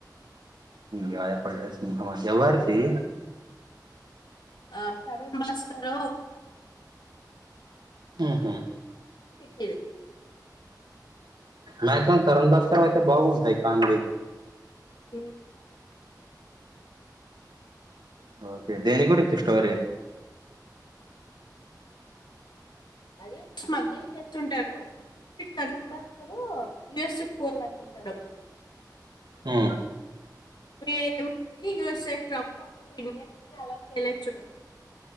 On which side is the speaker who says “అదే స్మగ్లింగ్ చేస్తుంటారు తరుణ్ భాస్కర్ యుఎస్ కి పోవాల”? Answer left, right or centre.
Left